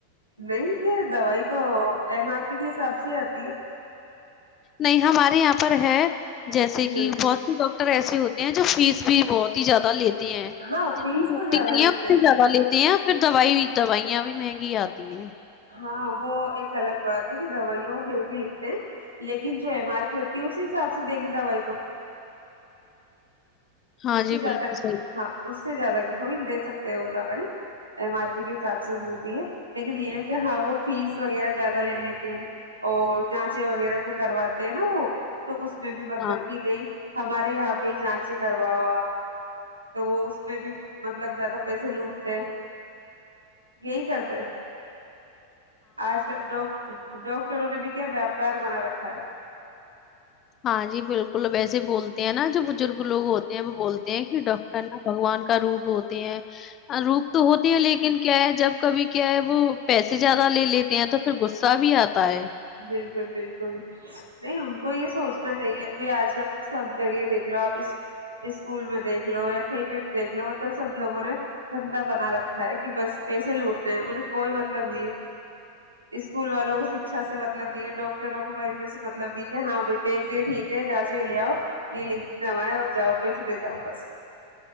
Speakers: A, on the right; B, on the left.
A: نہیں پھر دوائی تو ایم آر پی کے حساب سے آتی ہے
B: نہیں ہمارے یہاں پر ہے جیسے
A: ہ
B: کہ بہت سی ڈ ر ایسے ہوتے ہیں جو فیس بھی بہت ہی زیادہ لیتے
A: ہاں
B: جتنی
A: فیس
B: ہوتی
A: تو زیادہ
B: آ
A: لیتے
B: ہیں اتنی زیادہ لیتی ہیں پھر دوائی دوائیا بھی مہنگی آتی ہیں
A: ہاں وہ ایک الگ بات ہے کہ دوائیاں وہ مہنگی لکھتے ہیں لیکن جو ایم آر پی ہوتی ہے اسی حساب سے دیں گے دوائی تو
B: ہاں
A: اس سے
B: جی
A: زیادہ
B: بالکل صحیح
A: ہاں اس سب سے زیادہ کی تھوڑی دے سکتے ہیں وہ دوائی ایم آر پی کے حساب سے ملتی ہے لیکن یہ ہے کہ ہاں وہ فیس وغیرہ زیادہ لے لیں گے اور جانچے وغیرہ جو کرواتے ہیں نا وہ تو اس میں بھی مطلب
B: ہاں
A: کہ نہیں ہمارے یہاں پہ ہی جانچ کروا ہوا تو وہ اس میں بھی مطلب زیادہ پیسے لوٹتے یہی کرتے آج کل ڈٹر ڈٹ وں نے بھی کیا ویاپار بنا رکھا ہے
B: ہاں جی بالکل اب اییسے بولتے ہیں نا جو بزرگ لوگ ہوتے ہیں وہ بولتے دیں کہ ڈاکٹر نے بگوان کا روپ ہوتے ہیں روپ تو ہوتی ہیں لیکن کیا ہے جب کبھی کیا ہے وہ پیسے زیادہ لے لیتے ہیں تو پھر غصہ بھی آتا ہے
A: بالکل بالکل نہیں ان کو یہ سوچنا چاہیے ابھی آج کل تو سب جگہ دیکھ لو آپ اسکول میں دیکھ لو یا کہیں پہ بھی دیکھ لو مطلب سب لوگوں نے دھندا بنا رکھا ہے کہ بس پیسے لوٹنے ہے انہیں کوئی مطلب نہیں ہے اسکول والوں کو اچھا سے مطلب دی ڈاکٹروں کو مریجوں سے مطلب دی کہ ہاں بھائی دیکھ دیے ٹھیک ہے جاچے لے آؤ یہ لکھ دوائیں اور جاؤ پیسے دے جاؤ بس